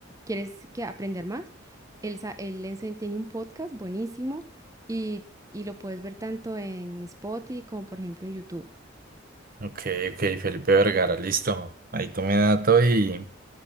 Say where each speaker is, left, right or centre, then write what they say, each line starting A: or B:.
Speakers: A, on the right (about 15°); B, on the right (about 45°).
A: quieres que aprender más, él, sa- él ense- tiene un podcast buenísimo y, y lo puedes ver tanto en Spotify como por ejemplo en YouTube.
B: Ok, ok, Felipe Vergara, listo. Ahí tomé dato y